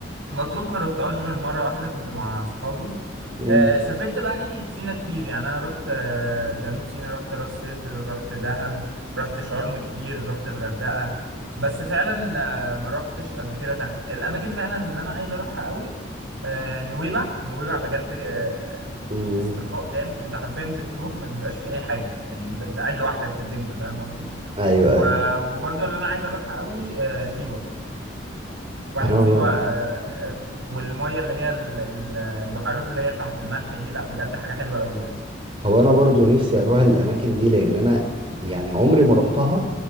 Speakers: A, on the right; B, on the right.
A: مطروح ما روحتهاش غير مرة واحدة كنت مع صحابي
B: مم.
A: آه سافرت بقى ناحية سينا كتير يعني أنا رحت آه جنوب سينا رحت راس سدر رحت دهب رحت شرم كتير رحت الغردقة بس فعلا آه ما رحتش قبل كده تحت الأماكن فعلا اللي أنا عايز أروحها قوي آه نويبع نويبع بجد آه
B: مم.
A: استرخاء تام أنت حرفيا بتروح ما بيبقاش فيه أي حاجة يعني أنت أنت قاعد لوحدك في الدنيا فاهم قصدي
B: ايوه
A: و-
B: ايوه
A: وبرضه اللي أنا عايز أروحها قوي آه سيوة واحد
B: انا
A: سيوة
B: ب...
A: آه، آه، والمية اللي هي ال- ال- البحيرات اللي هي بتاعة الملح دي لا بجد حاجة حلوة قوي يعني
B: هو انا برضو نفسي اروح الاماكن دي لان انا يعني عمري ما رحتها